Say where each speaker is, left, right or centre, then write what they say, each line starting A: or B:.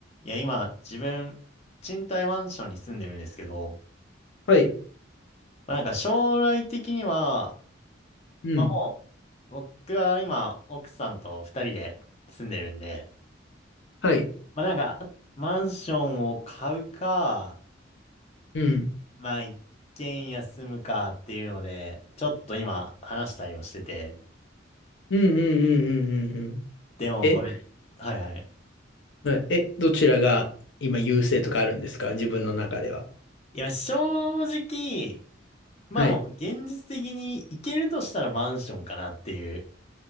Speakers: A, on the left (about 35°); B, on the left (about 65°).
A: いや、今、自分、賃貸マンションに住んでるんですけど、
B: はい。
A: まあ、なんか将来的には、
B: うん。
A: まあ、もう、僕は今、奥さんと二人で住んでるんで、
B: はい。
A: まあ、なんか、マンションを買うか、
B: うん。
A: まあ、一軒家住むかっていうので、ちょっと今、話したりをしてて、
B: うんうんうんうんうんうん。
A: でもこれ、
B: え、
A: はいはい。
B: はいえ、どちらが今優勢とかあるんですか自分の中では。
A: いや、正直、まあもう、
B: はい。
A: 現実的に行けるとしたらマンションかなっていう。